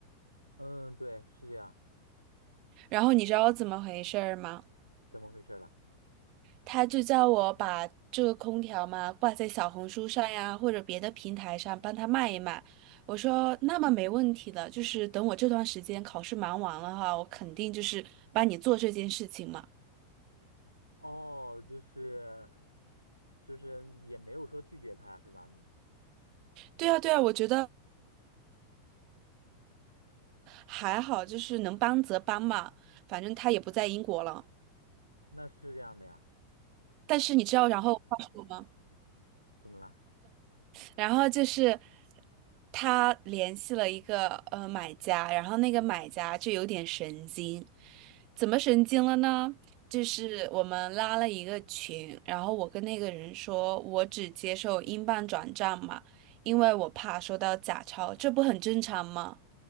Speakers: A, on the left; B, on the right.
A: 嗯，对，是这样。
B: 然后你知道怎么回事儿吗？
A: 怎么回事了？
B: 他就叫我把这个空调嘛挂在小红书上呀，或者别的平台上帮他卖一卖。我说那么没问题的，就是等我这段时间考试忙完了哈，我肯定就是帮你做这件事情嘛。
A: 哦，就是就是也没有说拒绝他呀，是吧？你
B: 对啊，对啊，我觉得还好，就是能帮则帮嘛，反正他也不在英国了。
A: 那是这样的呀？
B: 但是你知道然后他说什么吗？
A: 怎么了？
B: 然后就是他联系了一个呃买家，然后那个买家就有点神经，怎么神经了呢？就是我们拉了一个群，然后我跟那个人说，我只接受英镑转账嘛，因为我怕收到假钞，这不很正常吗？